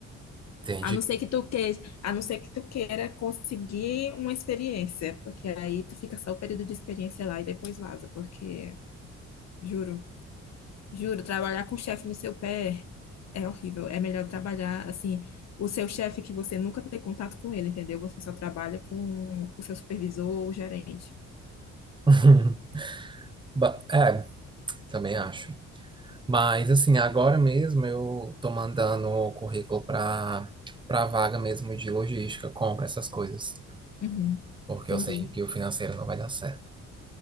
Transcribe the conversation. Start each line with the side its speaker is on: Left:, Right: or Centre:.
Right: entendi.
Left: A não ser que tu queira, a não ser que tu queira conseguir uma experiência, porque aí tu fica só o período de experiência lá e depois vaza, porque juro, juro, trabalhar com o chefe no seu pé é horrível. É melhor trabalhar assim, o seu chefe que você nunca tem contato com ele, entendeu? Você só trabalha com o seu supervisor ou gerente.
Right: <laughs> Ba- É, também acho. Mas assim, agora mesmo eu tô mandando o currículo para para vaga mesmo de logística, compra essas coisas,
Left: Uhum,
Right: porque
Left: entendi,
Right: eu sei que o financeiro não vai dar certo.